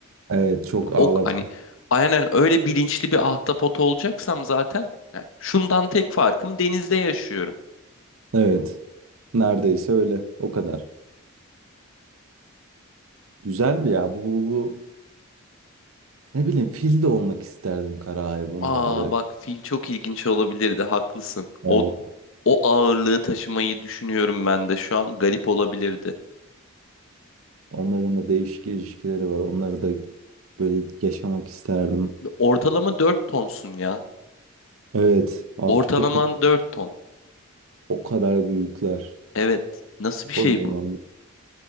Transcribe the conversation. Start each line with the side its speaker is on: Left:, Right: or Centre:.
Right: Evet çok
Left: Ok
Right: ağlatmış.
Left: hani aynen öyle bilinçli bir ahtapot olacaksam zaten yani şundan tek farkım denizde yaşıyorum.
Right: Evet. Neredeyse öyle. O kadar. Güzel bir ya. Bu, bu, bu- ne bileyim fil de olmak isterdim kara hayvanı
Left: Aa
Right: olarak.
Left: bak fil çok ilginç olabilirdi haklısın.
Right: Evet.
Left: O O ağırlığı taşımayı düşünüyorum ben de şu an. Garip olabilirdi.
Right: Onların da değişik ilişkileri var. Onları da böyle yaşamak isterdim.
Left: Ortalama 4 tonsun ya.
Right: Evet. Afrika
Left: Ortalaman
Right: fili
Left: 4 ton.
Right: o kadar büyükler.
Left: Evet. Nasıl bir
Right: Kocaman.
Left: şey bu?